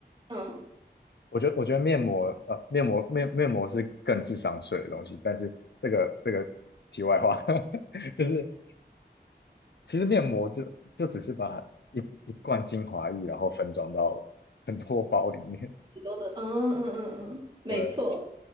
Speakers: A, on the right (about 25°); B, on the left (about 75°).
A: 嗯，
B: 我觉得我觉得面膜呃面膜面面膜是更智商税的东西，但是这个这个题外话，<laughs> 就是其实面膜就就只是把一一罐精华液然后分装到很多包里面。
A: 很多的，嗯嗯嗯嗯，嗯没错，
B: 对。